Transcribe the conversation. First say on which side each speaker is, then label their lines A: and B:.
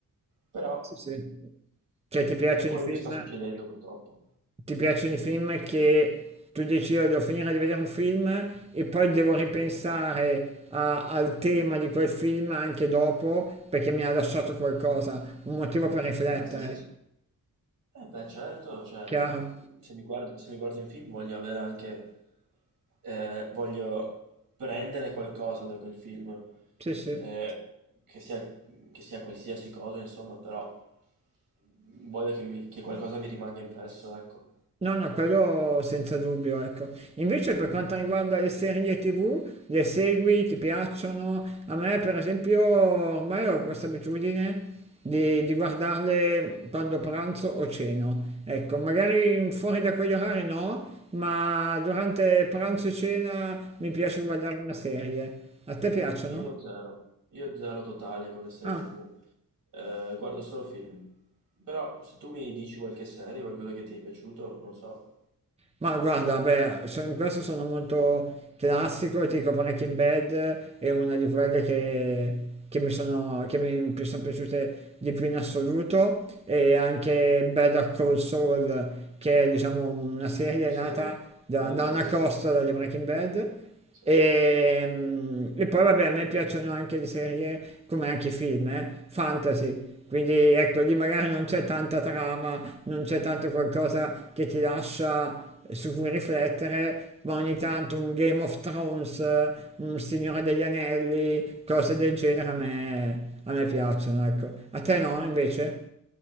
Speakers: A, on the right; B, on the right.
A: però
B: Sì, sì. Cioè ti piacciono
A: eh, è quello
B: i film?
A: che sta succedendo purtroppo.
B: Ti piacciono i film che tu dici io devo finire di vedere un film e poi devo ripensare a- al tema di quel film anche dopo perché mi ha lasciato qualcosa, un motivo per riflettere,
A: Ma sì, sì. Eh beh, certo, cioè,
B: chiaro?
A: se mi guardo, se mi guardo in film voglio avere anche, eh, voglio prendere qualcosa da quel film,
B: Sì, sì.
A: eh, che sia, che sia qualsiasi cosa, insomma, però voglio che, mi- che qualcosa mi rimanga impresso, ecco.
B: No, no, quello senza dubbio, ecco. Invece per quanto riguarda le serie TV, le segui, ti piacciono? A me, per esempio, ormai ho questa abitudine di, di guardarle quando pranzo o ceno. Ecco, magari fuori da quegli orari no, ma durante pranzo e cena mi piace guardare una serie. A te piacciono?
A: Io zero, io zero totale con le serie
B: Ah.
A: TV. Eh, guardo solo film. Però se tu mi dici qualche serie, qualcosa che ti è piaciuto, non so.
B: Ma guarda, beh, so- in questo sono molto classico, ti dico parecchi in bed, è una di quelle che, che mi sono, che mi pi- sono piaciute di più in assoluto, e anche Better Call Saul, che è diciamo una serie
A: Sì,
B: nata da,
A: sì,
B: da
A: sì,
B: una
A: sì,
B: costola di Breaking Bad,
A: sì.
B: e, e poi vabbè, a me piacciono anche le serie, come anche i film, eh, fantasy. Quindi ecco, lì magari non c'è tanta trama, non c'è tanto qualcosa che ti lascia su cui riflettere, ma ogni tanto un Game of Thrones, eh, un Signore degli Anelli, cose del genere a me, a me piacciono, ecco. A te no, invece?